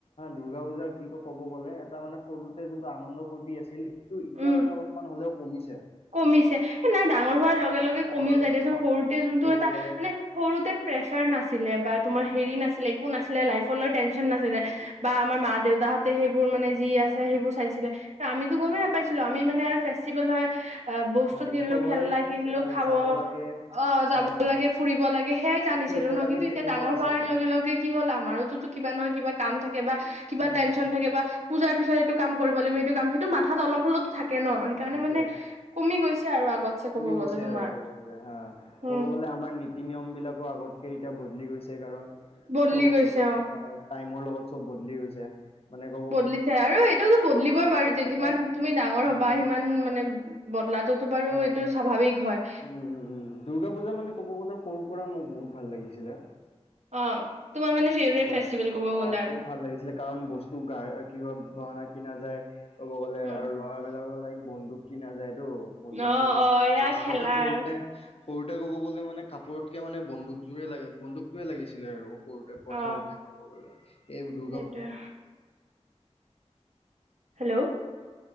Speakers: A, on the left (about 60°); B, on the right (about 85°).
A: দুৰ্গা পুজা কি কব গ'লে এটা মানে ফটোতে যোনটো আনন্দ ফূ্তি আছিল সেইটো এতিয়া
B: উম
A: মানে অলপমান হয় হলেও কমিছে
B: কমিছে স নাই ডাঙৰ
A: কমিছে
B: হোৱাৰ লগে
A: মানুহৰ
B: লগে কমিও যায় দেচোন
A: মনত
B: সৰুতে যোনটো
A: ক'ব
B: এটা
A: গ'লে
B: মানে সৰুতে প্ৰেচাৰ নাছিলে বা তোমাৰ হেৰি নাছিলে একো নাছিলে লাইফৰ ল টেনশচন নাছিলে বা আমাৰ মা দেউতাহঁতে সেইবোৰ মানে যি আছে সেইবোৰ চাইছিলে ত আমিতো গমেই নাপাইছিলো আমি মানে আৰু ফেষ্টিভেল হয় অ বস্তু কিনিলো
A: উৎসৱ
B: খেলা
A: হৈ
B: কিনিলো খাব
A: যাব লাগে
B: অ যাব
A: আহ
B: লাগে ফুৰিব লাগে সেয়াই জানি
A: ফুৰিব
B: ছিলো ন
A: লাগে
B: কিন্তু
A: তেনেকুৱা
B: এতিয়া ডাঙৰ
A: আছিলে
B: হোৱাৰ লগে লগে কি হ'ল আমাৰোতোো কিবা নহয় কা কাম থাকে বা কিবা
A: উম
B: টেনশন থাকে বা পূজাৰ পিছত এইটো কাম কৰিব লাগিব সেইটো কাম সেইটো মাথাত অলপ হললেতো থাকে ন সেই কাৰণে
A: সেইটোয়ে
B: মানে কমি গৈছে আৰু আগতছে ক'ব
A: কমি গৈছে
B: গ'লে তোমাৰ
A: আৰু ক'ব গ'লে হা
B: উম
A: ক'ব গ'লে আমাৰ নীতি নিয়ম বিলাকো আগতে কটা বদলি গৈছে কাৰণ
B: বদলি
A: তোমাৰ
B: গৈছে অ
A: টাইমৰ লগত চব বদলি গৈছে মানে ক
B: বদলিছে আৰু এইটোতো বদলিবই বাৰু যিমান
A: গ'লে
B: তুমি ডাঙৰ
A: অ
B: হবা সিমান মানে বদলাটোতো বাৰু
A: অ
B: আৰু এইটো স্বাভাৱিক হয়।
A: উম উম উম দুৰ্গা পূজা মানে ক'ব গ'লে সৰুৰ পৰাই মোক বহুত ভাল লাগিছিলে।
B: অ তোমাৰ মানে ফেভৰেট
A: সনেকুৱা
B: ফেষ্টিভেল ক'ব
A: অ
B: গ'লে আৰু
A: বহুত ভাল লাগিছিলে কাৰণ বস্তু গাই কিবানা। কিনা যায় ক'ব গ'লে
B: উম,
A: আৰু ল'ৰাবিলাকে লাইক বন্দুক কিনা যায়। এইটো বন্ধুক
B: অ
A: কিনো
B: অ
A: তাৰ
B: এয়া
A: পিছত আগতে
B: খেলা
A: সৰুতে।
B: আৰু
A: সৰুতে ক'ব গ'লে মানে কাপোৰতকে মানে বন্দুক জোৰে লাগে বন্দুকটোৱে লাগিছিলে আৰু কৰোতে প্ৰথমতে
B: অ
A: ক'ব গলে এই দুৰ্গ
B: সেইটোয়ে হেল্ল